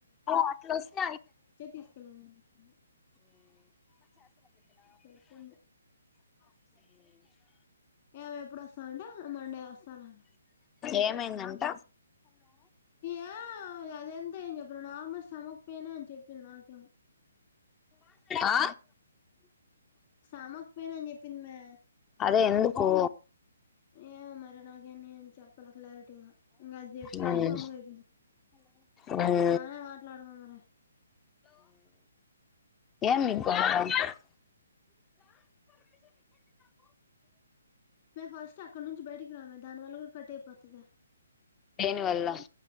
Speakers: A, on the left; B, on the left.
A: ఉ ఉ
B: తీసుకెళ్ళిందని చెప్పింది చెప్పింది ఏమే ఎప్పుడు వస్తవంటే, ఆ మండే వస్తాలే
A: ఏమైందంట
B: ఏ అదంత ఏం చెప్పలా, నార్మల్ స్టమక్ పెయిన్ అని చెప్పింది నాకి.
A: ఆ
B: స్టమక్ పెయిన్ అని చెప్పింది మే.
A: అదే ఎందుకు?
B: ఏమో మరి నాకే నేను ఏం చెప్పాల క్లారిటీగ ఇంకా అది చెప్పే
A: మ్మ్
B: ఇంక గమ్గయిపోయింది
A: మ్మ్ మ్మ్
B: బానే మాట్లాడుతుంది లే
A: ఏం ఇంకా <unintelligible>
B: మే ఫస్ట్ అక్కడ నుంచి బయటికి రామే దాని వల్ల కూడా కట్ అయిపోతుది
A: దేని వల్ల